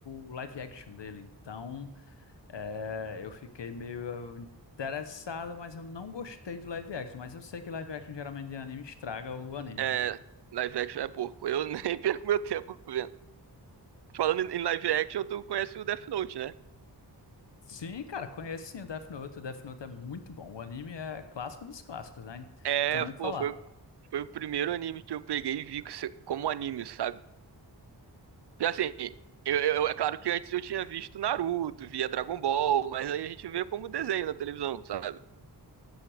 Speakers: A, on the left (about 80°); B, on the right (about 70°).
A: o live action dele, então é, eu fiquei meio eh, interessado, mas eu não gostei do live action. Mas eu sei que live action geralmente de anime estraga o anime,
B: É,
A: né?
B: é, live action é porco. Eu <laughs> nem perco meu tempo vendo. Falando em em live action, tu conhece o Death Note, né?
A: Sim, cara, conheço sim o Death Note. O Death Note é muito bom. O anime é clássico dos clássicos, né?
B: É,
A: tem nem
B: pô,
A: o que falar.
B: foi, foi o primeiro anime que eu peguei e vi que se- como anime, sabe? E assim, eu, eu- é claro que antes eu tinha visto Naruto, via Dragon Ball, mas aí a gente vê como desenho na televisão, sabe?